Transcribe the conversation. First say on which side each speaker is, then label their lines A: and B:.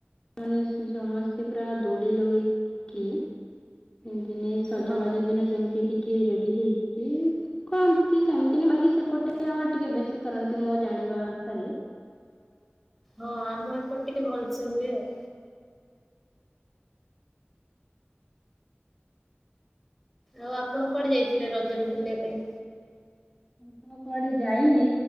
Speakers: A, on the left; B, in the centre.
A: ମାନେ ସେ ସମସ୍ତେ ପୁରା ଦୋଳି ଲଗେଇକି <unintelligible> ସଜବାଜ
B: ହଁ
A: ଦିନ ଯେମିତି ଟିକେ ରେଡି ହେଇଛି କହନ୍ତି ସେମତିନା ବାକି ସେପଟେ ସେ ଆମ ଟିକେ ବେଶୀ କରନ୍ତି ମୋ ଜାଣିବା ଅନୁସାରେ।
B: ହଁ ଆମ ଏପଟେ ଟିକେ ଭଲସେ ହୁଏ ଆଉ। ଆଉ ଆପଣ କୁଆଡ଼େ ଯାଇଥିଲେ ରଜରେ ବୁଲିବା ପାଇଁ?
A: ମୁଁ ତ କୁଆଡ଼େ ଯାଇନି,